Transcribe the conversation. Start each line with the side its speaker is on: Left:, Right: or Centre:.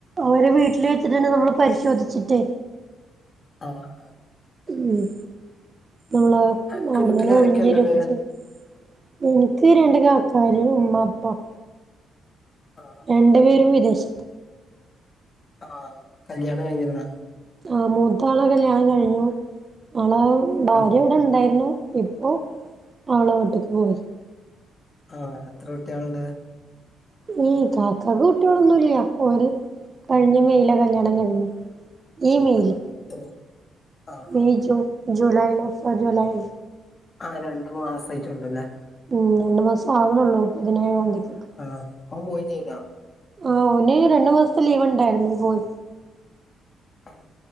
Right: ഓരെ വീട്ടില് വെച്ചിട്ടെന്നെ നമ്മള് പരിശോധിച്ചിട്ടേ.
Left: ആഹ്
Right: ഉം പ്പള്ളേ
Left: അനക്ക്
Right: അവിട്ന്നന്നെ
Left: വീട്ടിൽ ആരൊക്കെ
Right: ഉഴിഞ്ഞെരെക്കെ
Left: ഉള്ളത്
Right: ചെയ്യും. ഇൻക്ക് രണ്ട് കാക്കാര് ഉമ്മ ഉപ്പം
Left: ആഹാ
Right: രണ്ട് പേരും വിദേശ
Left: ആഹ്, കല്യാണം കഴിഞ്ഞിക്ണ?
Right: ആഹ് മൂത്ത ആളെ കല്യാണം കഴിഞ്ഞു, ആളെ ഭാര്യ
Left: ആ
Right: എവിടെ ഉണ്ടായിരുന്നു. ഇപ്പോ ഓളെ വീട്ട്ക്ക് പോയി.
Left: ആഹ് എത്ര കുട്ട്യാളണ്ട്?
Right: ഉം താത്താക്ക് കുട്ടികളൊന്നുംല്ല അപ്പോര് കഴിഞ്ഞ മെയില കല്യാണം കഴിഞ്ഞെ ഈ മൈല്,
Left: ആ പത്ത് പേര്. ആ ആ
Right: ഈ ജൂൺ ജൂലൈല് ഒരു കൊലയി
Left: ആഹ് രണ്ടു മാസ ആട്ടള്ളു അല്ലേ?
Right: ഉം, രണ്ടു മാസം ആകണള്ളൂ പതിനേഴാംന്തികേക്.
Left: ആഹ് ഓൻ പോയി ചെയ്യ്തോ
Right: ആഹ്, ഒന് രണ്ടു മാസത്തെ ലീവ് ഉണ്ടായിരുന്നു, പോയി.
Left: ആഹ്